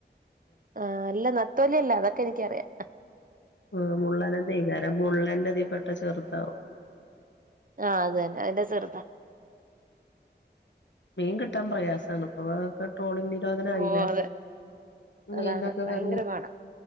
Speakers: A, on the right (about 50°); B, on the left (about 85°).
A: ആഹ് അല്ല നത്തോല്യല്ല അതൊക്കെനിക്കറിയാ.
B: ആഹ് മുള്ളനന്നെയ്കാരം മുള്ളന്റെ തിപ്പെട്ട ചെറ്താവും.
A: ആഹ് അതെന്നെ അയ്ന്റെ ചെറ്താ.
B: മീൻ കിട്ടാൻ പ്രയാസാണ്. അപ ക്ക ട്രോളിങ് നിരോധനായീലെ
A: ഓ അതെ
B: മീൻനൊക്കെ
A: അതാണ് ഭയങ്കര
B: വെൽ
A: പാടാ